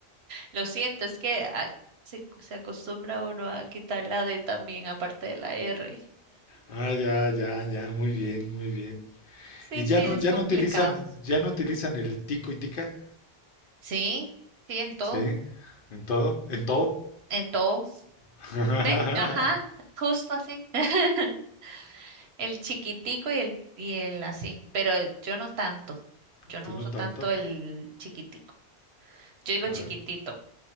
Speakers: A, on the right; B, on the left.
A: Lo siento, es que ah, se, se acostumbra uno a quitar la D también, aparte de la R.
B: Ah, ya, ya, ya, muy bien, muy bien.
A: Sí,
B: Y ya
A: sí,
B: no,
A: es
B: ya
A: complicado.
B: no utilizan, ya no utilizan el tico y tica.
A: Sí, sí, en todo,
B: Sí, en todo, en todo.
A: en todo.
B: <laughs>
A: Ve, ajá, justo así. <laughs> El chiquitico y el, y el así, pero yo no tanto. Yo no
B: Tú no
A: uso
B: tanto.
A: tanto el chiquitico. Yo digo
B: A
A: chiquitito.
B: ver,